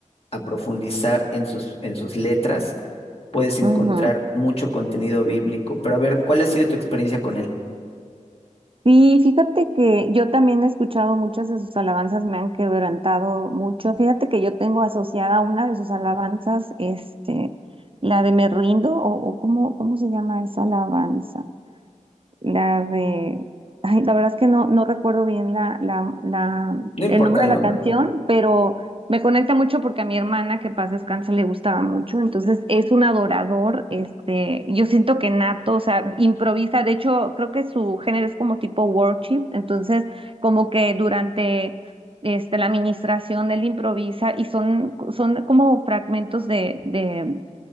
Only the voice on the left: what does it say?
a profundizar en sus, en sus letras, puedes encontrar
mucho contenido bíblico. Pero a ver, ¿cuál ha sido tu experiencia con él?
No importa
el
nombre.